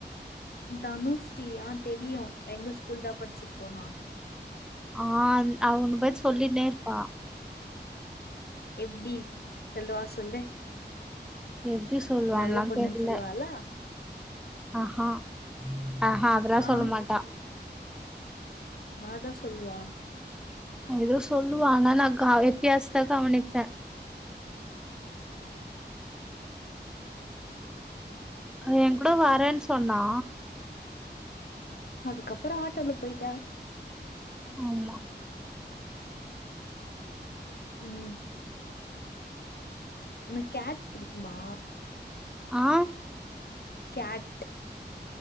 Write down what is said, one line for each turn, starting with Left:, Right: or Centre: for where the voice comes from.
Left: தனுஷ்ஸ்ரீயா தெரியு எங்க ஸ்கூல் தா படிச்சுட்டு போனா
Centre: ஆ அவ உன் பத்தி சொல்லிட்டே இருப்பா
Left: எப்டி சொல்லுவா சொல்லு
Centre: எப்டி சொல்லுவால்லா
Left: நல்ல பொண்ணுன்னு
Centre: தெர்ல
Left: சொல்லுவாளா
Centre: ஆஹா ஆஹா அதெல்லா
Left: ஆ
Centre: சொல்ல மாட்டா
Left: ஆ தா சொல்வா
Centre: எதுவோ சொல்லுவா ஆனா நா கா வித்தியாச கவனிப்பே அவ என் கூட வரேன்னு சொன்னா
Left: அதுக்கப்புற ஆட்டோல போய்ட்டா
Centre: ஆமா
Left: ம் உனக்கு கேட் புடிக்குமா
Centre: ஆ
Left: கேட்